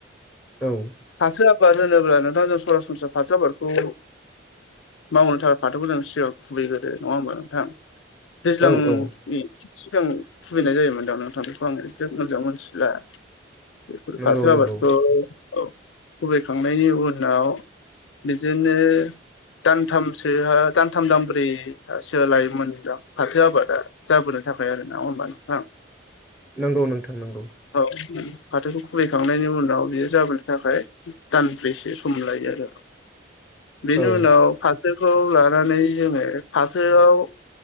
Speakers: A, in the centre; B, on the left.
A: औ
B: फाथो आबाद होनोब्ला नोंथांजों सरासनस्रा फाथो आबादखौ मावनो थाखाय फाथोखौ जों सिगां खुबैग्रो नङा होमबा नोंथां दैज्लांनि
A: औ औ
B: सिगां फोहैनाय जायोमोन दा नोंथां बेखौ आं एसे मोजां मोनथिला। बेफोर
A: नंगौ
B: फाथो आबादखौ
A: नंगौ
B: खोबैखांनायनि उनाव बिदिनो दानथामसो दानथाम दानब्रैसो लायोमोन नोंथां। फाथो आबादा जाबोनो थाखाय आरो नङा होमबा नोंथां?
A: नंगौ नोंथां नंगौ।
B: औ फाथोखौ खुबैखांनायनि उनाव बेयो जाबोनो थाखाय दानब्रैसो सम लायो आरो। बेनि
A: औ
B: उनाव फाथोखौ लानानै जोङो फाथोआव